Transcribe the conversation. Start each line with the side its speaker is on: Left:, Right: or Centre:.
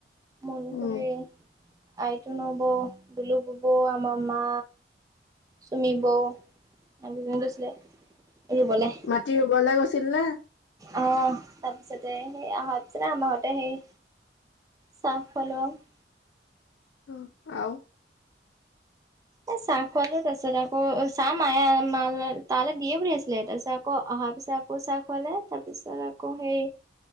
Right: মুন
Left: উম
Right: খুৰী আইটো ন'বৌ বুলু বব আমাৰ মা চুমি বৌ ইহঁত দুজনী গৈছিলে। ৰুবলে।
Left: মাটি ৰুবলে গৈছিল নে?
Right: অ' তাৰপিছতে সেই অহাপিছতে আমাৰ ঘৰতে সেই চাহ খুৱালোঁ আৰু
Left: অ' আৰু
Right: এ চাহ খুৱালোঁ তাৰ পিছত আকৌ চাহ মায়ে মাল তালৈ দিয়ে পঠিয়াইছিলে তাৰপিছত আকৌ অহাৰ পিছত আকৌ চাহ খুৱালে, তাৰপিছত আকৌ সেই